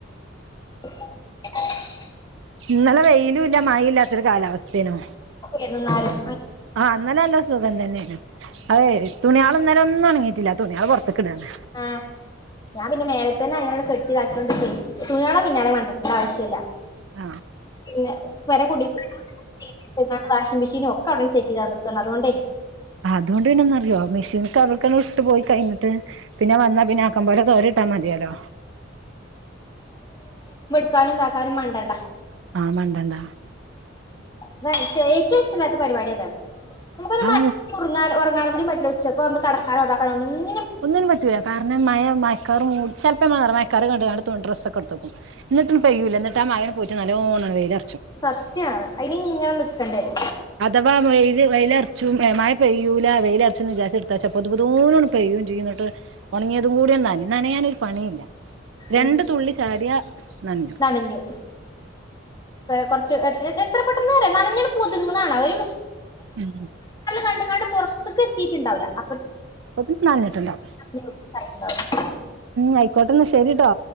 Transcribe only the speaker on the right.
ഇന്നലെ വെയിലും ഇല്ല മഴ ഇല്ലാത്തരു കാലാവസ്ഥേനോ
ആ അന്നലല്ല സുഖം തന്നെയ അതെ തുണിയൾ ഇന്നലെ ഒന്നും അണങ്ങിട്ട ഇല്ലാ തുണിയാള് പോർത്ത്ക്കടാണ്
ആ
അതുകൊണ്ട് പിന്നെന്ന അറിയോ മെഷീനെ അവർക്കന്നെട്ട് പോയി കയ് ട്ട് പിന്നെ വന്നാ പിന്നെ ആക്കമ്പോലെ തോരിട്ടാ മതിയാലോ
ആ മണ്ടണ്ട
ഔ
ഒന്നിനും പറ്റൂല കാരണം മയ മയക്കാർ മൂ ചെ ഇറ മയക്കറി കണ്ട്ട ഡ്രസ് ഒക്കെ എടുത്തെക്ക എന്നിട്ട പെയ്യൂല്ല എന്നിട്ട് ആമഴ പോയിട്ട് നല്ലോണം വെയില
അഥവാ വെയിൽ വെയിലൽ അർ ച്ചും മഴ പെയ്യൂല വെയില അർച്ച വിജാര്ച്ച എടുത്താച്ച പൊതുപതൂനണ് പെയ്യ യും ചെയ്യട്ട് ഉണങ്ങിയതും കൂടിം ന്ന നയാനൊ ഒരു പണിയില്ല രണ്ടു
തുള്ളി ചാടിയ നഞ്ഞു
ഉം
അപ്പൊ ഇ നൻഞ്ഞിട്ടുണ്ടാവും
ആയിക്കോട്ടെന്ന ശെരിട്ടോ